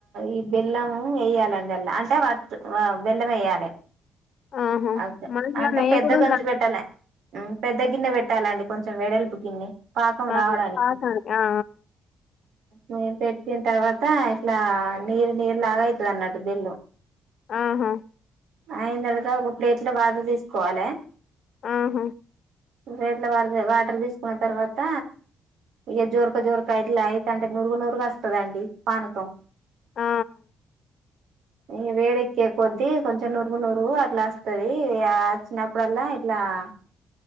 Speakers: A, on the right; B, on the left.
A: ఈ బెల్లం వేయాలండి అల్ల అంటే వర్ వ బెల్లం వేయాలె
B: ఆహా
A: అదే
B: మనసులో
A: అంటే
B: నెయ్యి
A: పెద్ద
B: కూడా
A: గంజు
B: ఉందండి
A: పెట్టాలె మ్ పెద్ద గిన్నె పెట్టాలండి కొంచెం వెడల్పు గిన్నె పాకం
B: ఆ
A: రావడానికి
B: పాకానికి ఆ
A: మ పెట్టిన తర్వాత ఇట్లా నీరు నీరు లాగ అవుతది అన్నట్టు బెల్లం
B: ఆహా
A: అయిన తర్వాత ఒక ప్లేట్ ల వాటర్ తీసుకోవాలె
B: ఆహా
A: ప్లేట్ల వర్ వాటర్ తీసుకున్న తర్వాత ఇక జోరక జోరక ఇట్లా అయితంటే నురుగు నురుగు వస్తదండి పానకం
B: ఆ
A: ఈ వేడేక్కే కొద్ద్దీ కొంచెం నురుగు నురుగు అట్లా వస్తది అచ్చినప్పుడల్లా ఇట్లా ఆ